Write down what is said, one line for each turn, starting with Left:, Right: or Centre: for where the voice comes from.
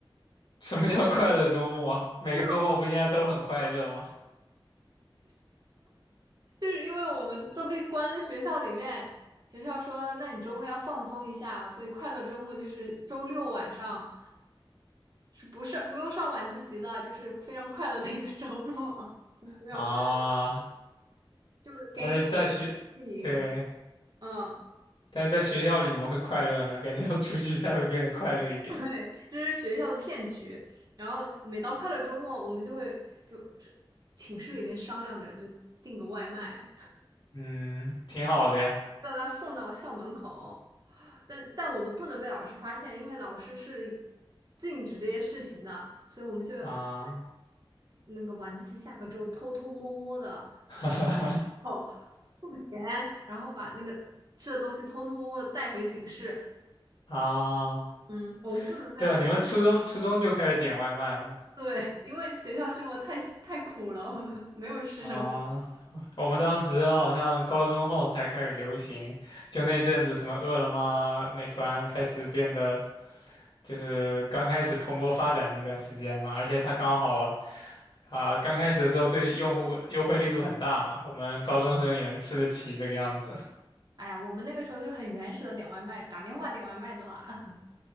Left: 什么叫快乐周末啊？每个周末不应该都很快乐吗？
Right: <laughs> 因为。就是因为我们都被关在学校里面，学校说，那你周末要放松一下，所以快乐周末就是周六晚上，是不是不用上晚自习的，就是非常快乐的一个周末，<laughs> 没有快乐，
Left: 啊，
Right: 就是给你看看戏什么。
Left: 但是在学，对，
Right: 嗯，
Left: 但是在学校里怎么会快乐呢？感觉要出去才会变得快乐一点。
Right: <laughs> 对，这是学校的骗局。然后每到快乐周末，我们就会就是寝室里面商量着就订个外卖，
Left: 嗯，挺好的呀。
Right: 把他送到校门口，但但我们不能被老师发现，因为老师是禁止这些事情的，所以我们就就得
Left: 啊，
Right: 那个晚自习下课之后偷偷摸摸的跑
Left: <laughs> 哈哈
Right: 到付钱，然后把那个吃的东西偷偷摸摸的带回寝室。
Left: 哈啊，
Right: 嗯，我们不能被老师，
Left: 对，你们初中初中就开始点外卖了
Right: 对，因为学校生活太太苦了，我们没有吃什么好。
Left: 吗啊，我们当时好像高中后才开始流行，就那阵子什么饿了么、美团开始变得就是刚开始蓬勃发展那段时间嘛，而且它刚好啊、刚开始的时候对用户优惠力度很大嘛，我们高中生也能吃得起这个样子，
Right: 哎呀，我们那个时候就很原始的点外卖，打电话点外卖的啦。